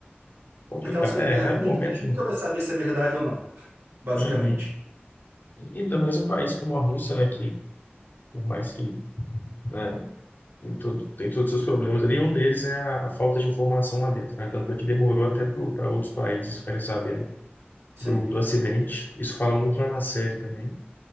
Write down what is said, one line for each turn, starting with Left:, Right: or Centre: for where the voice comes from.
Left: complicado.
Right: aquelas coisas
Left: É,
Right: da Guerra
Left: era
Right: Fria
Left: um momento.
Right: que a gente nunca vai saber se é verdade ou não, basicamente.
Left: Uhum. E Ainda mais um país como a Rússia, né? Que, por mais que né, tem, todo, tem todos os seus problemas ali, um deles é a, a falta de informação lá dentro, né? Tanto é que demorou até para outros países ficarem sabendo
Right: Sim.
Left: do, do acidente. Isso fala muito lá na série também.